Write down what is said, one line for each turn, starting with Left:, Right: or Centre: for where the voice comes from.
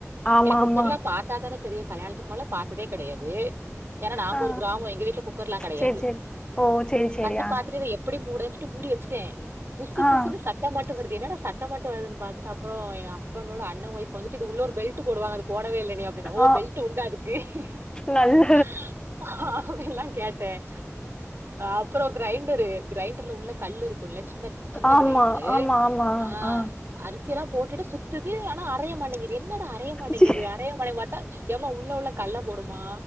Left: ஆமா
Right: ஏன்னா குக்கர்லாம்
Left: ஆமா
Right: பாத்தா தான தெரியும் கல்யாணத்துக்கு முன்னால பாத்ததே கிடையாது ஏன்னா நாங்க
Left: ஆ
Right: ஒரு கிராமம் எங்க வீட்ல குக்கர்லாம் கிடையாது
Left: சரி சரி ஓ சரி சரி
Right: வந்து
Left: ஆ
Right: பாத்துட்டு இத எப்படி மூட <inaudible> மூடி வச்சுட்டேன் புசு
Left: ஆ
Right: புசுன்னு சத்தம் மட்டும் வருது என்னன்னா சத்தம் மட்டும் வருதுன்னு பாத்த அப்புறம் என் ஹஸ்பண்டோட அண்ண வைஃப் வந்துட்டு இது உள்ள ஒரு பெல்ட்டு போடுவாங்க அது போடவே இல்ல நீ அப்டின்டா ஓ
Left: ஆ
Right: பெல்ட் உண்டா இதுக்கஅப்படின்லாம்
Left: நல்ல
Right: கேட்டேன் அப்புறம் கிரைண்டர் ரு கிரைண்டர்ல உள்ள கல்லு இருக்கும் இ சின்ன சின்ன
Left: ஆமா
Right: கிரைண்டரு
Left: ஆமா ஆமா
Right: அ
Left: ஆ
Right: அரி சியலாம் போட்டுட்டு சுத்துது ஆனா அறைய மாட்டேங்கிது என்னடா அறைய மாட்டேங்குது
Left: சீ,
Right: அறையப் பட மாட்டா ஏம்மா உ ள்ள உள்ள கல்ல போ டுமா